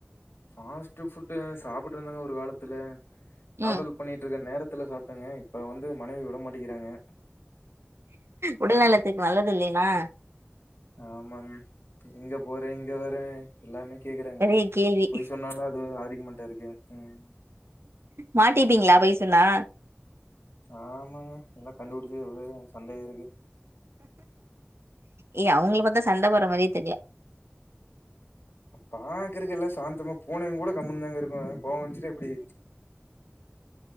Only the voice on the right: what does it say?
ம்
உடல்நலத்துக்கு நல்லது இல்லைனா
பெரிய கேள்வி
மாட்டிட்டீங்ளா பொய் சொன்னா
ஏய் அவங்கள பாத்தா சண்ட போற மாரியே தெரில